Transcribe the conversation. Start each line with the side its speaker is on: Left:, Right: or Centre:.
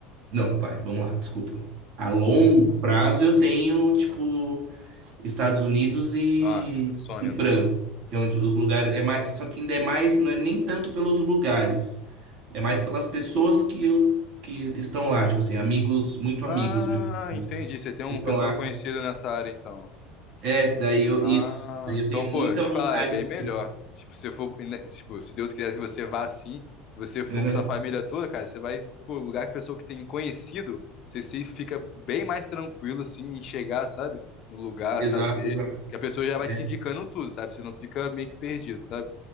Right: Não, pai, vamos lá, desculpa. A longo prazo, eu tenho, tipo. Estados Unidos e,
Left: Nossa, sonho,
Right: e
Left: tá?
Right: França, que é onde os lugares é mais, só que ainda é mais, não é nem tanto pelos lugares, é mais pelas pessoas que eu que estão lá, tipo assim, amigos, muito amigos
Left: Ah,
Right: meus
Left: entendi. Você tem um
Right: que estão
Left: pessoal
Right: lá.
Left: conhecido nessa área, então.
Right: É, daí eu isso,
Left: Ah,
Right: daí eu
Left: então,
Right: tenho
Left: pô,
Right: muita
Left: eu te
Right: vontade
Left: falar, é bem
Right: de
Left: melhor.
Right: ir.
Left: Tipo, se for, né, tipo, se Deus quiser que você vá assim, se você for
Right: Uhum.
Left: com sua família toda, cara, você vai pro lugar que pessoa que tem conhecido, você se fica bem mais tranquilo, assim, em chegar, sabe? No lugar,
Right: Exato,
Left: saber
Right: exato.
Left: que a pessoa já vai
Right: É,
Left: te indicando tudo, sabe? Você não fica meio que perdido, sabe?